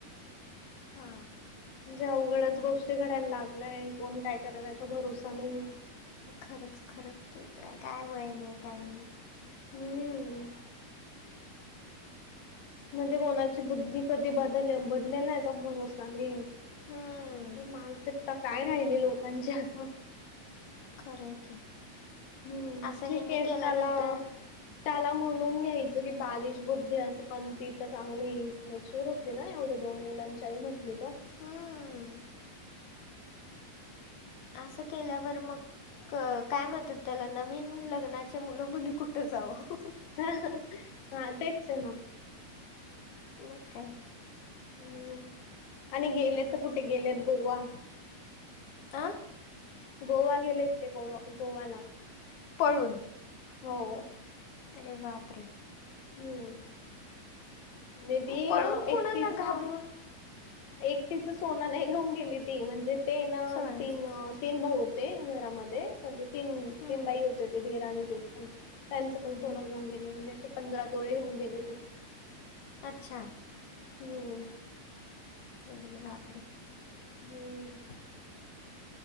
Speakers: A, on the left; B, on the left.
A: हां
B: म्हणजे अवघडच गोष्टी घडायला लागलाय कोण काय करल याचा भरोसा नाही
A: खरंच खरंच ते तर आहे काय वय नाही काय नाही
B: हम्म. म्हणजे कोणाची बुद्धी कधी बदले- बदलेल याचा भरोसा नाही.
A: हम्म
B: मानसिकता काय राहिली लोकांची आता.
A: खरंय की,
B: हम्म
A: असं
B: ठीक
A: हेनी
B: आहे
A: केल्यानंतर
B: त्याला त्याला म्हणून घ्यायचं की बालिश बुद्धी असं पण ती तर चांगली नॅच्युर हो ना एवढं दोन मुलांच्या आई म्हटली तर
A: हम्म असं केल्यावर मग काय म्हणतात त्याला नवीन लग्नाचे मुलं मुली कुठं जावं
B: ह हा तेच आहे ना
A: म काय?
B: हम्म.. आणि गेलेत तर कुठे गेलेत गोवा
A: आ
B: गोवा गेलेत ते गोवा-गोव्याला
A: पळून
B: हो..
A: अरे बाप रे!
B: हम्म आणि ती
A: पळून कुणाला
B: एकटीच
A: घाबरून
B: एकटीच सोन नाही घेऊन गेली ती म्हणजे ते ना
A: सगळ्यांचंच.
B: तीन -तीन भाऊ ते घरामध्ये म्हणजे तीन
A: हम्म
B: तीन बाई
A: हम्म
B: होते ते दीर आणि जेठाणी त्यांचं पण सोने
A: हम्म
B: घेऊन गेले म्हणजे असे पंधरा तोळेे घेऊन गेले ते
A: अच्छा!
B: हम्म..
A: अरे बाप रे!
B: हम्म